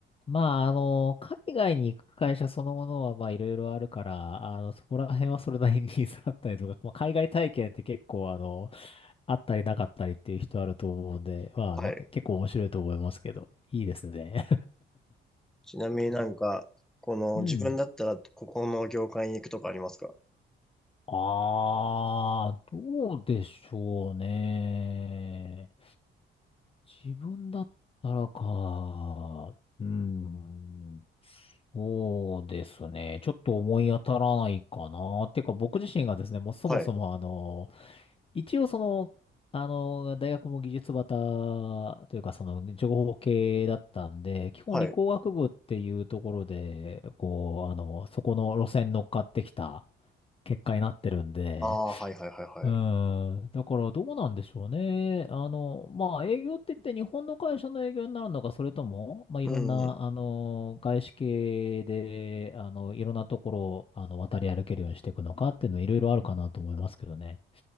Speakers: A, on the left; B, in the centre.
A: まあ、あの、海外に行く会社そのものは、まあいろいろあるから、あの、そこら辺はそれなりに <laughs> ニーズあったりとか、まあ、海外体験って結構、あの、あったりなかったりっていう人あると思うんで、まあ、
B: はい。
A: なんか結構面白いと思いますけど、いいですね。
B: ちなみになんか、この自分だったらここの業界に行くとかありますか
A: <laughs> うん。ああ、どうでしょうね。自分だったらか。うん。そうですね。ちょっと思い当たらないかな。てか僕自身がですね、もうそもそもあの、
B: はい。
A: 一応その、あの、大学も技術バタというかその情報系だったんで、基本理工学部っていうところで、
B: はい。
A: こう、あの、そこの路線に乗っかってきた結果になってるんで、
B: ああ、はいはいはいはい。
A: うーん。だからどうなんでしょうね。あの、まあ営業って言って日本の会社の営業になるのか、それとも、まあいろんな、
B: うん。
A: あの、外資系で、あの、いろんなところを、あの、渡り歩けるようにしていくのかっていうのはいろいろあるかなと思いますけどね。